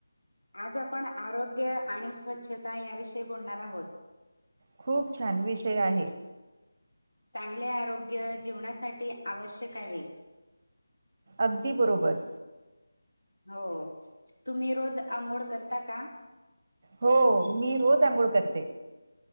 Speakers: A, on the left; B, on the right.
A: आज आपण आरोग्य आणि स्वच्छता याविषयी बोलणार आहोत.
B: खूप छान विषय आहे.
A: चांगले आरोग्य जीवनासाठी आवश्यक आहे.
B: अगदी बरोबर.
A: हो, तुम्ही रोज आंघोळ करता का?
B: हो‌. मी रोज आंघोळ करते.